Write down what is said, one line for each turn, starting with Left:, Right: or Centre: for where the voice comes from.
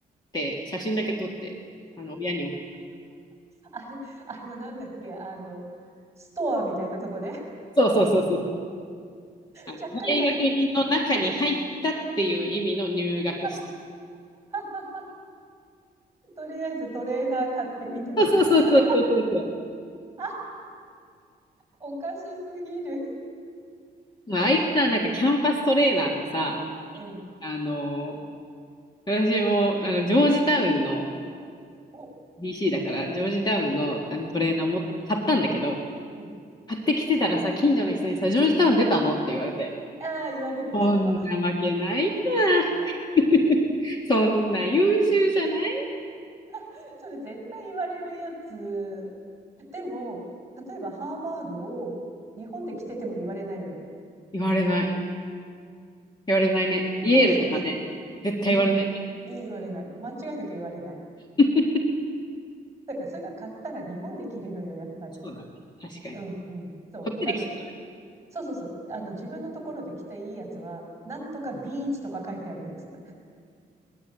Left: て写真だけ撮って、あの、親に送っ
Right: あれ、あの、なんだっけあの、ストアみたいなとこで
Left: そうそうそうそう。あの大学の中に入ったっていう意味の入学した。
Right: ちゃっかりなんか <laughs>、あははとりあえずトレーナー買ってみたみたいな
Left: そうそうそうそうそうそうそ
Right: <laughs>。あ、おかしすぎる <laughs>。
Left: う。まあ、ああいうさ、
Right: です
Left: なんかキャンパストレーナーってさ、
Right: うん。
Left: あの私もあのジョージタウンの
Right: お、
Left: DC だから、ジョージタウンの、あのトレーナーも買ったんだけど、
Right: うん、うん。
Left: 買ってきてたらさ、近所の人にさ、ジョージタウン出たのって言われて、
Right: ああ、言われるよ、
Left: そんなわけないじゃん。
Right: それは
Left: <laughs> そんな優秀じゃない
Right: <laughs>。それ絶対言われるやつ。でも、例えばハーバードを日本で着てても言われないよね。
Left: 言われない。言われないね。イエールとかね。
Right: そうそうそう。
Left: 絶対言われないね。
Right: うん。言われない。間違いなく言われない。
Left: <laughs>
Right: だから、そういうのは買ったら日本で着るのよ、やっぱり。
Left: そうだね。確かに。
Right: うんうん。そう。
Left: こっちで来ちゃダメだ。
Right: あの、そうそうそう。あの、自分のところで着ていいやつは、なんとかビーチとか書いてあるやつ。